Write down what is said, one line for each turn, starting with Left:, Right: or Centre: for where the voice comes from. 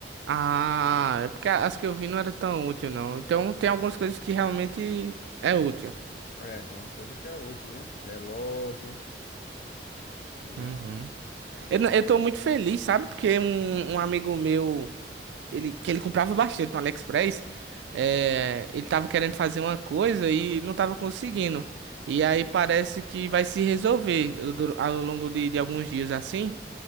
Right: Ah, é porque as que eu vi não era tão útil, não. Então tem algumas coisas que realmente é útil.
Left: É, tem umas coisas que é útil, né? Relógio, não
Right: Uhum.
Left: é?
Right: Eu, não- eu tô muito feliz, sabe? Porque um, um amigo meu. ele, que ele comprava bastante no AliExpress, é, ele tava querendo fazer uma coisa e não tava conseguindo. E aí parece que vai se resolver du- du- ao longo de, de alguns dias assim.